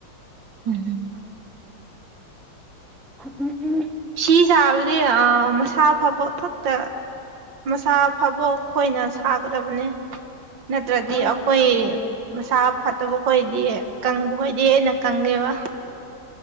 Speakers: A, on the right (about 75°); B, in the centre.
A: ꯎꯝ
B: ꯎꯝ ꯎꯝ
A: ꯁꯤ ꯁꯥꯕꯗꯤ ꯑ ꯃꯁꯥ ꯐꯕ ꯈꯛꯇ ꯃꯁꯥ ꯐꯕꯣꯛ ꯑꯩꯣꯏꯅ ꯁꯥꯒꯗꯕꯅꯦ ꯅꯠꯇ꯭ꯔꯗꯤ
B: ꯍꯣꯏꯅꯦ
A: ꯑꯩꯈꯣꯏ
B: ꯎꯝ
A: ꯃꯁꯥ ꯐꯠꯇꯕ ꯈꯣꯏꯗꯤ ꯀꯪꯕ ꯈꯣꯏꯗꯤ ꯍꯦꯟꯅ ꯀꯪꯉꯦꯕ